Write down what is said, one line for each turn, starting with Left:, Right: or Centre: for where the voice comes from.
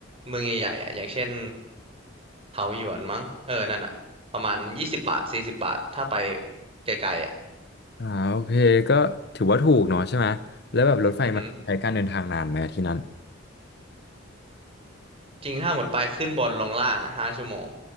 Right: เมืองใหญ่ๆอ่ะอย่างเช่นเถาหยวนมั้งเออนั่นอ่ะประมาณยี่สิบบาทสี่สิบบาทถ้าไปไกลๆอ่ะ
Left: อ่าโอเคก็ถือว่าถูกเนาะใช่ไหมแล้วแบบรถไฟมันใช้การเดินทางนานไหมอะที่นั่น
Right: อือหือ จริงถ้าหมดไปขึ้นบนลงล่างอะห้าชั่วโมง